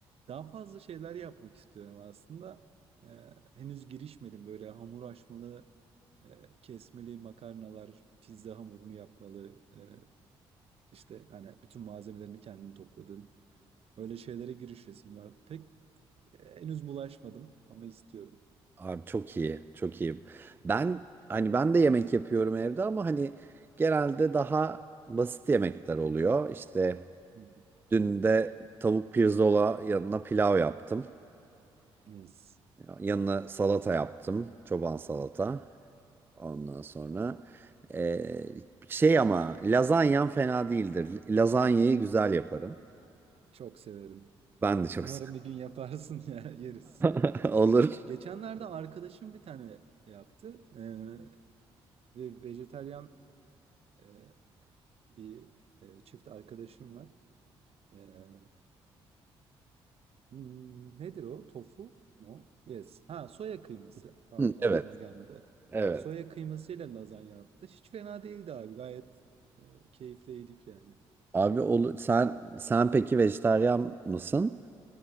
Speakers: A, on the right; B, on the right.
A: Daha fazla şeyler yapmak istiyorum aslında. Eee, henüz girişmedim böyle hamur açmalı, eee, kesmeli makarnalar, pizza hamurunu yapmalı. Eee işte hani bütün malzemelerini kendin topladın. Öyle şeylere girişesim var. Pek e, henüz bulaşmadım ama istiyorum.
B: Abi çok iyi, çok iyi. Ben hani ben de yemek yapıyorum evde ama hani genelde daha basit yemekler oluyor. İşte
A: Hı hı.
B: dün de tavuk pirzola yanına pilav yaptım.
A: Mis.
B: Yanına salata yaptım, çoban salata. Ondan sonra eee, şey ama lazanyam fena değildir. Lazanyayı güzel yaparım.
A: Çok severim.
B: Ben de çok
A: Umarım
B: sev-
A: bir gün yaparsın <laughs> ya yeriz.
B: <laughs> olur.
A: Geçenlerde arkadaşım bir tane yaptı. Ee, ve vejetaryen e, bir e, çift arkadaşım var. Ee, hmm, nedir o? Tofu? No. Yes. Ha soya kıyması. Pardon
B: Hı,
A: aklıma
B: Evet,
A: gelmedi.
B: evet.
A: Soya kıymasıyla lazanya yaptı. Hiç fena değildi abi. Gayet e, keyifliydik yani.
B: Abi olur. Sen sen peki vejetaryen mısın?